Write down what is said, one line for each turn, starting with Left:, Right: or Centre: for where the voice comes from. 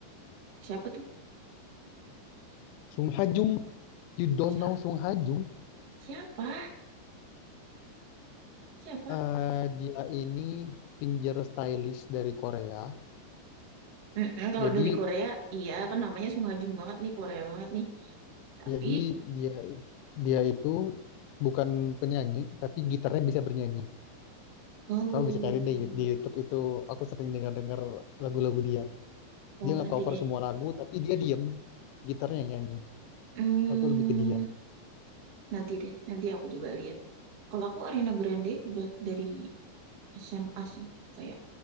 Right: siapa tuh?
Left: Sung Ha Jung. You don't
Right: Siapa?
Left: know Sung Ha Jung?
Right: Siapa? Siapa?
Left: Eh, dia ini finger stylist dari Korea.
Right: Mm-mm, kalau
Left: Jadi
Right: dari Korea, iya kan namanya Sung Ha Jung banget nih, Korea banget nih. Tapi
Left: jadi dia dia itu bukan penyanyi tapi gitarnya bisa bernyanyi.
Right: oh,
Left: Kamu bisa cari deh di YouTube itu. Aku sering dengar-dengar lagu-lagu dia.
Right: oh
Left: Dia nge-cover
Right: nanti deh.
Left: semua lagu tapi dia diem, gitarnya yang nyanyi.
Right: Hmm,
Left: Aku lebih ke dia.
Right: nanti deh. Nanti aku coba lihat. Kalau aku Ariana Grande udah dari SMA sih kayak